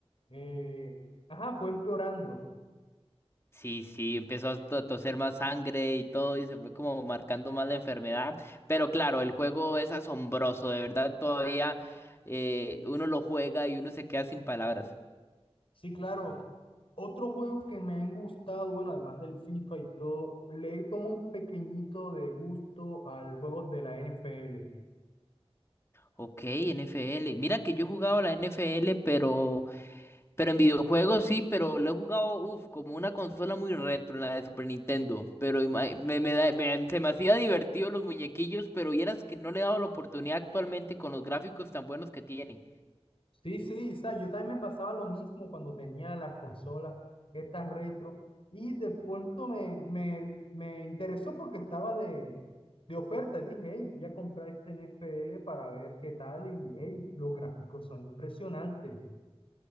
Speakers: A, on the left; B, on the left.
A: eh, ajá, fue empeorando.
B: Sí, sí, empezó a to- toser más sangre y todo, y se fue como marcando más la enfermedad. Pero claro, el juego es asombroso, de verdad, todavía eh, uno lo juega y uno se queda sin palabras.
A: Sí, claro. Otro juego que me han gustado, bueno, además del FIFA y todo, le tomo un pequeñito de gusto al juego de la NFL.
B: Ok, NFL. Mira que yo he jugado la NFL, pero, pero en videojuegos sí, pero lo he jugado, uf, como una consola muy retro, en la de Super Nintendo. Pero ima- me, me da- me- se me hacía divertido los muñequillos, pero vieras que no le he dado la oportunidad actualmente con los gráficos tan buenos que tiene.
A: Sí, sí, o sea, yo también me pasaba lo mismo cuando tenía las consolas, estas retro, y de pronto me, me, me interesó porque estaba de, de oferta. Dije, hey, voy a comprar este N F L para ver qué tal, y hey, los gráficos son impresionantes.